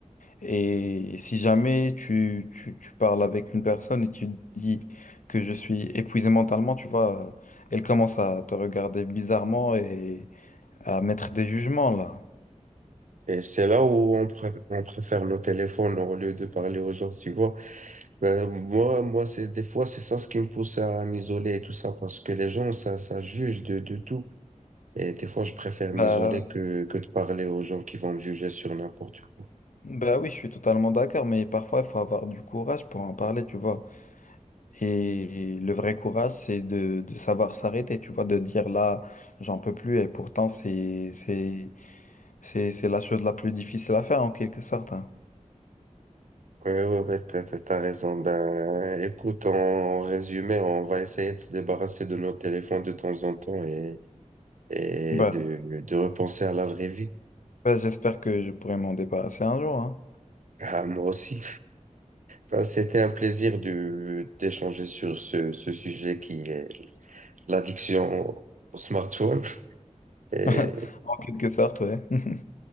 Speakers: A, on the left (about 75°); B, on the right (about 70°).
A: Et si jamais tu, tu, tu parles avec une personne et tu dis que je suis épuisé mentalement, tu vois, euh, elle commence à te regarder bizarrement et à mettre des jugements là.
B: Et c'est là où on, pré- on préfère nos téléphones au lieu de parler aux gens, tu vois. Ben, moi, moi c'est des fois, c'est ça ce qui me pousse à m'isoler et tout ça, parce que les gens, ça, ça juge de, de tout. Et des fois, je préfère
A: Bah,
B: m'isoler que, que de parler aux gens qui vont me juger sur n'importe quoi.
A: Bah oui, je suis totalement d'accord, mais parfois il faut avoir du courage pour en parler, tu vois. Et le vrai courage, c'est de, de savoir s'arrêter, tu vois, de dire là, j'en peux plus, et pourtant c'est c'est c'est c'est la chose la plus difficile à faire en quelque sorte. hein.
B: Ouais, ouais, ouais, t'as, t'as t'as raison. Ben, écoute, en résumé, on va essayer de se débarrasser de nos téléphones de temps en temps et, et
A: Bah,
B: de, de repenser à la vraie vie.
A: bah, j'espère que je pourrai m'en débarrasser un jour, hein.
B: Ah, moi aussi. Ben, c'était un plaisir de, d'échanger sur ce, ce sujet qui est l'addiction au au smartphone. Et
A: <laughs> En quelque sorte, ouais. <laughs>